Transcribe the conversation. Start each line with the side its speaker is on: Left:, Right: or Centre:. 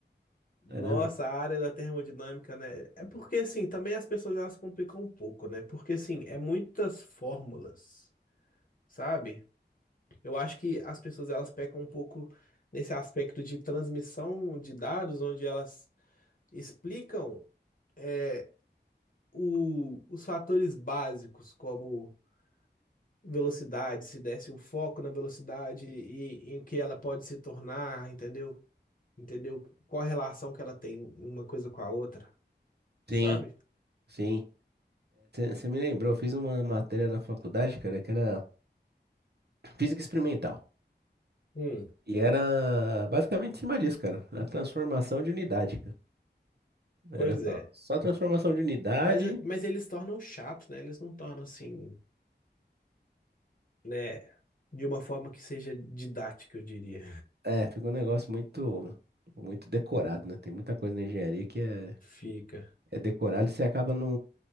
Left: Nossa,
Right: Caramba.
Left: a área da termodinâmica, né? É porque, assim, também as pessoas elas complicam um pouco, né? Porque, assim, é muitas fórmulas, sabe? Eu acho que as pessoas elas pecam um pouco nesse aspecto de transmissão de dados, onde elas explicam é, o- os fatores básicos, como velocidade, se desse um foco na velocidade e em que ela pode se tornar, entendeu? Entendeu? Qual a relação que ela tem uma coisa com a outra, sabe?
Right: Sim, sim. Você me lembrou, eu fiz uma matéria na faculdade, cara, que era física experimental.
Left: Hum,
Right: E era basicamente em cima disso, cara. A transformação de unidade, cara. Era
Left: pois
Right: só,
Left: é.
Right: só transformação de unidade.
Left: Mas, é- mas eles tornam chato, né? Eles não tornam assim, né? De uma forma que seja didática, eu diria.
Right: É, ficou um negócio muito, muito decorado, né? Tem muita coisa na engenharia que é
Left: <laughs> Fica.
Right: é decorado e você acaba não,